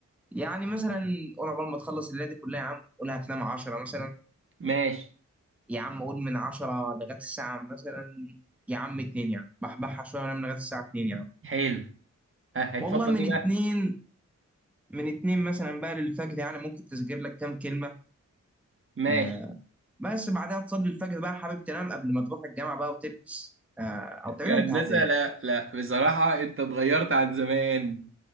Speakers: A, in the centre; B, on the right.
A: يعني مثلا قول عقبال ما تخلص الليله دي كلها يا عم قول هتنام 10 مثلا
B: ماشي
A: يا عم قول من 10 لغايه الساعه مثلا يا عم 2 يعني بحبحها شويه وانام لغايه الساعه 2 يعني
B: حلو ها هيتفضل
A: والله من
B: ايه
A: 2
B: بقى
A: من 2 مثلا بقى للفجر يعني ممكن تذاكر لك كام كلمه
B: ماشي
A: آه بس بعدها تصلي الفجر بقى حابب تنام قبل ما تروح الجامعه بقى وتلبس آه او تقريبا
B: يا
A: انت
B: هندسه
A: هت
B: لا لا بصراحه انت اتغيرت عن زمان